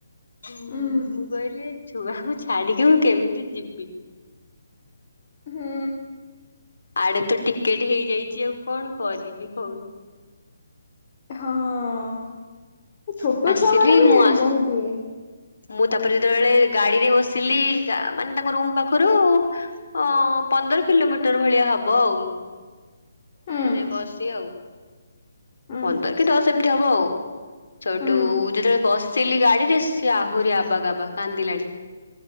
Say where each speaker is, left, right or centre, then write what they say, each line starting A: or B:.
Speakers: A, on the left (about 60°); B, on the left (about 35°).
A: ହୁଁ
B: ଉଁ
A: ମୁଁ କହିଲି ଛୁଆକୁ ଛାଡ଼ିକୀ ମୁଁ କେମିତି ଯିବି?
B: ହୁଁ।
A: ଆଡେ ତ ଟିକେଟ ହେଇଯାଇଛି ଆଉ କଣ କରିବି କହୁନୁ।
B: ହଁ ଛୋଟ
A: ଆସିଲି
B: ଛୁଆ ମାନେ ବି
A: ମୁଁ ଆସ
B: ବହୁତ ଇଏ।
A: ମୁଁ ତାପରେ ଯେତେବେଳେ ଗାଡିରେ ବସିଲି ମାନେ ତାଙ୍କ ରୁମ ପାଖରୁ। ଅ ପନ୍ଦର କିଲୋମିଟର ଭଳିଆ ହବ ଆଉ।
B: ଉଁ
A: ମାନେ ବସି ଆଉ
B: ଉଁ
A: ପନ୍ଦର କି ଦଶ ଏମିତି ହବ ଆଉ। ସୋଠୁ
B: ଉଁ
A: ଯେତେବେଳେ ବସିଲି ଗାଡିରେ ସିଏ ଆହୁରି ଆବା ଗାବା କାନ୍ଦିଲାଣି।